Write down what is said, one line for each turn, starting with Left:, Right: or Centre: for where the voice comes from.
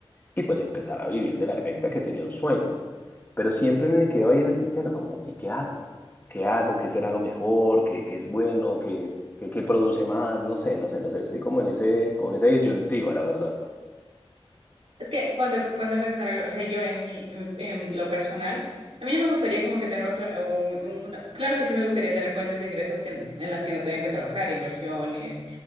Left: y pues empezar a vivir de la renta, que sería un sueño? pero siempre me quedaba ahí en el tintero, como, ¿y qué hago? ¿Qué hago? ¿Qué será lo mejor? ¿Qué, qué es bueno? ¿Qué, qué, qué produce más? No sé, no sé, no sé. Estoy como en ese, como en esa disyuntiva, la verdad.
Right: Es que ponte, ponte a pensar algo, o sea, yo en mi, en, en lo personal, a mí no me gustaría como que tener otra, un, un- una- claro que sí me gustaría tener fuentes de ingresos que, en las que no tengan que trabajar, inversiones,